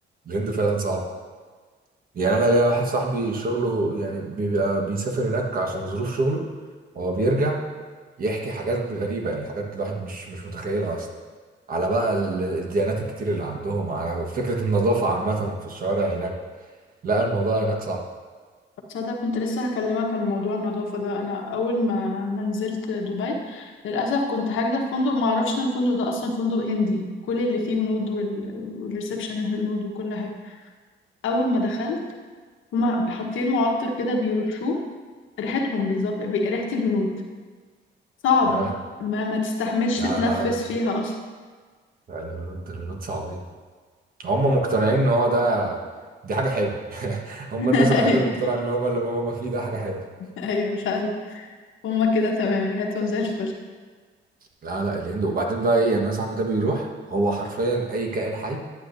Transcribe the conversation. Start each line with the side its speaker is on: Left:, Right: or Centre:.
Right: الهند فعلا صعبه يعني انا ليا واحد صاحبي شغله يعني بيبقى بيسافر هناك عشان ظروف شغله هو بيرجع يحكي حاجات غريبة يعني حاجات الواحد مش مش متخيلها أصلا على بقى ال- الديانات الكتير اللي عندهم على فكرة النظافة عامة في الشوارع هناك لا الموضوع هناك صعب
Left: تصدق كنت لسه هكلمك على موضوع النظافة ده أنا أول ما ما نزلت دبي للأسف كنت حاجزة في فندق ما أعرفش إن الفندق ده أصلا فندق هندي كل اللي فيه هنود وال... والريسبشن هنود وكل حاجة أول ما دخلت هما حاطين معطر كده بيرشوه ريحتهم بالظبط هي ريحة الهنود صعب
Right: آه،
Left: ما ما تستحملش
Right: لا
Left: تتنفس
Right: لا
Left: فيها أصلا
Right: لا، الهنود الهنود صعبين هم مقتنعين إن هو ده دي حاجة حلوة <laughs> هم
Left: <laughs>
Right: الناس الوحيدة
Left: أيوه
Right: اللي مقتنعة إن هو اللي هم فيه ده حاجة حلوة
Left: أيوه فعلا هما كده تمام ريحتهم زي الفل
Right: لا لا الهند وبعدين بقى إيه يعني أنا صاحبي ده بيروح هو حرفيا أي كائن حي